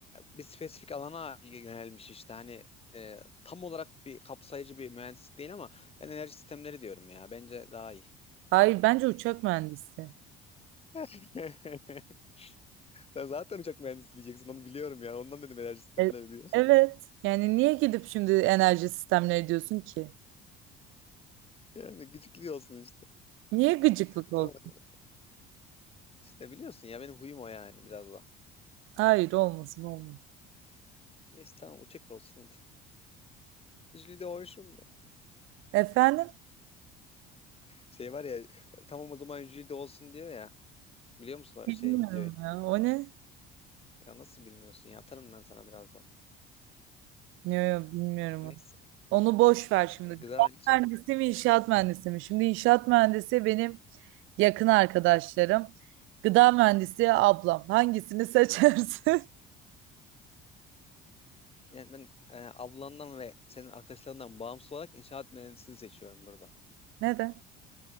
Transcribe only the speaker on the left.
bir spesifik alana yönelmiş işte hani e, tam olarak bir kapsayıcı bir mühendislik değil ama ben enerji sistemleri diyorum ya bence daha iyi.
<laughs> Sen zaten uçak mühendisi diyeceksin onu biliyorum ya. Ondan dedim enerji sistemleri
diye. <laughs>
Yani gıcıklıyorsun işte.
Tamam
hadi. İşte biliyorsun ya benim huyum o yani biraz da.
Neyse tamam uçak olsun hadi. Jüli de olsun mu?
Şey var ya tamam o zaman jüri de olsun diyor ya. Biliyor musun o
şey videoyu?
Ya nasıl bilmiyorsun ya? Atarım ben sana birazdan.
Neyse.
Gıda
inşaat.
Yani ben e, ablandan ve senin arkadaşlarından bağımsız olarak inşaat mühendisliğini seçiyorum burada.